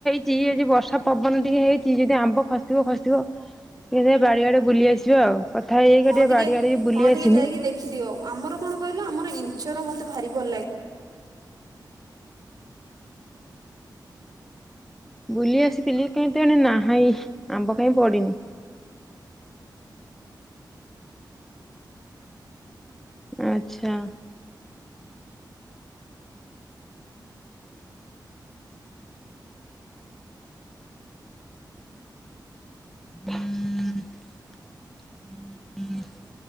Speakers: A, in the centre; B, on the right.
A: ଯି ଆଜି ବର୍ଷା ପବନ ଟିକେ ହେଇଚି ଯଦି ଆମ୍ବ ଖସିବ ଖସିବ। ଟିକିଏ ଦେଖିଆ ବାଡିଆଡେ ବୁଲି ଆସିବା ଆଉ କଥା ହେଇହେଇକା
B: ହଁ
A: ଟିକେ ବାଡି ଆଡେ ବୁଲି
B: ହଁ
A: ଆସିନି।
B: ଟିକେ ଯାଇକି ଦେଖିଦିଅ ଆମର କଣ କହିଲ ଆମର ଇଞ୍ଚର ମତେ ଭାରି ଭଲ ଲାଗେ।
A: ବୁଲି ଆସିଥିଲି କିନ୍ତୁ ଏଣେ ନାହାହିଁ ଆମ୍ବ କାହିଁକି ପଡିନି। ଆଛା। <inaudible>